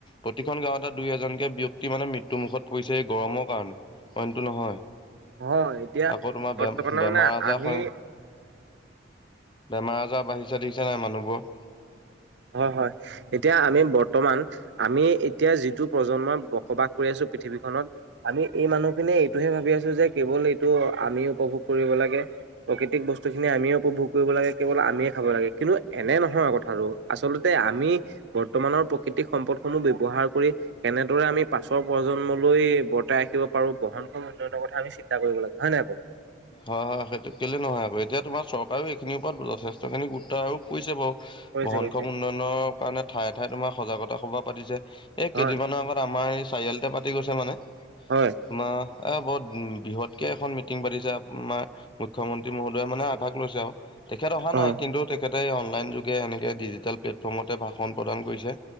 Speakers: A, on the left (about 25°); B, on the right (about 65°).
A: প্ৰতিখন গাঁৱতে দুই এজনকে ব্যক্তি মানে মৃত্যুমুখত পৰিছে এই গৰমৰ কাৰণে অইনটো নহয়।
B: হয় এতিয়া
A: আকৌ তোমাৰ
B: বৰ্তমানে
A: বে বেমাৰ
B: মানে
A: আজাৰ
B: আমি
A: স বেমাৰ আজাৰ বাঢ়িছে দেখিছা নাই মানুহবোৰৰ
B: হয় হয়। এতিয়া আমি বৰ্তমান আমি এতিয়া যিটো প্ৰজন্মই বসবাস কৰি আছো পৃথিৱীখনত আমি এই মানুহখিনিয়ে এইটোহে ভাবি আছো যে কেৱল এইটো আমি উপভোগ কৰিব লাগে। প্ৰকৃতিক বস্তুখিনি আমিয়ে উপভোগ কৰিব লাগে কেৱল আমিয়ে খাব লাগে কিন্তু এনে নহয় কথাটো আচলতে আমি বৰ্তমানৰ প্ৰকৃতিক সম্পদসমূহ ব্যৱহাৰ কৰি কেনেদৰে আমি পাছৰ প্ৰজন্মলৈ বৰ্তাই ৰাখিব পাৰো বহনক্ষম উন্নয়নৰ কথা আমি চিন্তা কৰিব লাগে হয় নে বাৰু?
A: হয় হয় সেইটো কেলে নহয় আকৌ এতিয়া তোমাৰ চকাৰেও এইখিনিৰ ওপৰত যথেষ্টখিনি গুৰুত্ব আৰু কৰিৈছে বাৰু
B: কৰিছে
A: বহন
B: কৰিছে
A: খম উন্নয়নৰ কাৰণে ঠায়ে ঠায়ে তোমাৰ সজাগতা সভা পাতিছে। এই
B: হয়
A: কেইদিনমানৰ আগত আমাৰ এই চাৰিআলিতে পাতি গৈছে মানে।
B: হয়
A: পোনা এ বহুত বৃহৎ কে এখন মিটিং পাতিছে আপোনা। মুখ্যমন্ত্ৰী মহোদয়ে মানে আগভাগ লৈছে আৰু তেখেত অহা নাই
B: অ
A: কিন্তু তে। খেতে অনলাইন যোগে এনেকে ডিজিটেল প্লেটফৰ্মতে ভাষণ প্ৰদান কৰিছে।